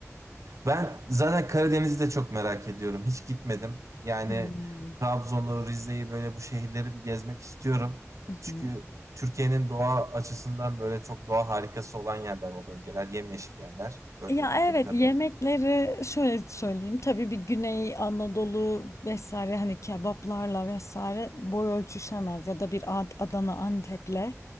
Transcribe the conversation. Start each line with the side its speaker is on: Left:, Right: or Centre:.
Right: Ben zaten Karadeniz'i de çok merak ediyorum. Hiç gitmedim. Yani
Left: Hmm.
Right: Trabzon'u, Rize'yi böyle bu şehirleri bir gezmek istiyorum.
Left: Hı
Right: Çünkü
Left: hı.
Right: Türkiye'nin doğa açısından böyle çok doğa harikası olan yerler o bölgeler. Yemyeşil yerler. Gör-
Left: Ya
Right: Bildiğim
Left: evet
Right: kadarıyla.
Left: yemekleri şöyle söyleyeyim. Tabii bir Güney Anadolu vesaire hani kebaplarla vesaire boy ölçüşemez ya da bir Ad- Adana Antep'le